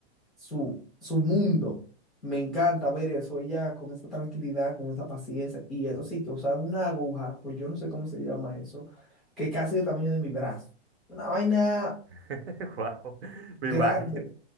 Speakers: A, in the centre; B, on the right (about 70°).
A: su, su mundo. Me encanta ver eso ella con esa tranquilidad, con esa paciencia. Y eso sí, que usaban una aguja, o yo no sé cómo se llama eso, que casi del tamaño de mi brazo. Una vaina
B: <laughs> Wow, me
A: grande.
B: imagino.